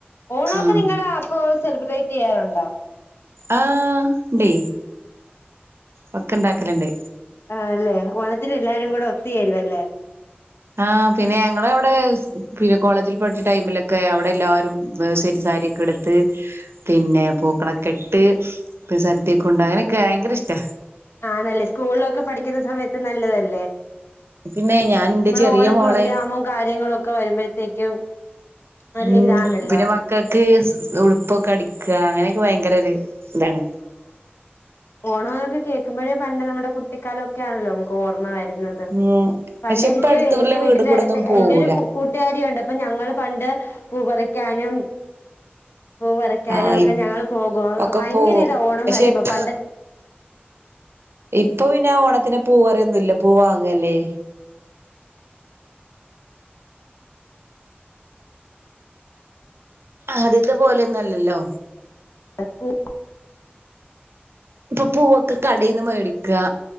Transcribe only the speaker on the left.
ഓണൊക്കെ
നിങ്ങൾ അപ്പോൊ സെലിബ്രേറ്റ് ചെയ്യാറുണ്ടോ
ആല്ലേ ഓണത്തിന് എല്ലാരും കൂടെ ഒത്തുചേരുും അല്ലേ
ആണല്ലേ സ്കൂളിലൊക്കെ പഠിക്കുന്ന സമയത്ത് നല്ലതല്ലേ
മ്മുടെ
ഓണ
പ്രോഗ്രാമും കാര്യങ്ങളൊക്കെ വരുമ്പോഴത്തേക്കും. നല്ല
ഇതാണല്ലോ
ഓണം എന്നൊക്കെ കേൾക്കുമ്പോഴേ പണ്ട് നമ്മുടെ കുട്ടിക്കാലൊക്കൊണല്ലോ നമുക്ക് ഓർമ്മ വെരുന്നത്
പണ്ട്
എനിക്ക്
എന്റെ
വീട്ടിന്റെ
അടുത്ത്
എന്റൊരു കു കൂട്ടുകാരിയുണ്ട് അപ്പൊ ഞങ്ങള് പണ്ട് പൂ പറിക്കാനും പൂ പറിക്കാനും
ഒക്കെ ഞങ്ങൾ പോകോ
ഭയങ്കര
ഇതാ ഓണം
വരുമ്പോ
പണ്ടെ
അക്കു